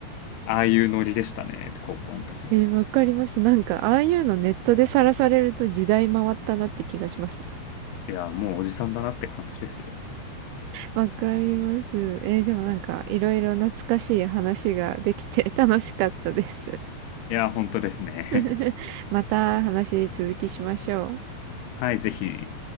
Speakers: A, on the left (about 80°); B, on the right (about 80°).
A: ああいうノリでしたね、高校の時は。
B: えー、わかります。なんか、ああいうのネットでさらされると時代回ったなって気がします。
A: いや、もうおじさんだなって感じですよ。
B: わかります。えー、でもなんか、いろいろ懐かしい話ができて楽しかったです。
A: いや、本当ですね。
B: <laughs> また話続きしましょう。
A: <laughs> はい、ぜひ。